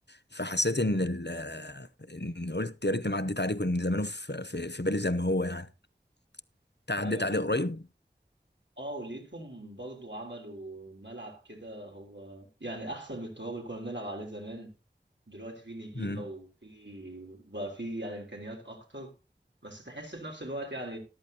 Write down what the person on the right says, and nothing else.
<laughs> ايوه بس
اه وليتهم برضو عملوا ملعب كده هو يعني احسن من التراب اللي كنا بنلعب عليه زمان دلوقتي في نجيلة
وفي بقى في يعني إمكانيات أكتر بس تحس في نفس الوقت يعني